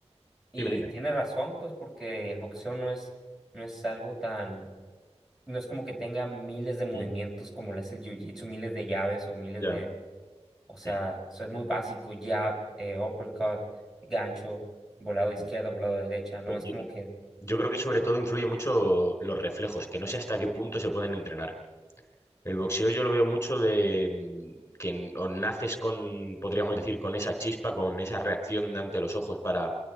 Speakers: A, in the centre; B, on the left.
A: y
B: dime, dime.
A: tiene razón, pues porque el boxeo no es, no es algo tan, no es como que tenga miles de movimientos
B: Mm,
A: como lo es el jiu-jitsu, miles de llaves o miles
B: Ya.
A: de, O sea,
B: Mm,
A: eso es muy básico, jab, eh, uppercut, gancho, volado de
B: mm.
A: izquierda, volado de derecha, no es
B: Yo-
A: como que
B: Yo creo que sobre todo influye mucho los reflejos, que no sé hasta qué punto se pueden entrenar. El boxeo yo lo veo mucho de mm, que n- o naces con, podríamos decir, con esa chispa, con esa reacción ante los ojos para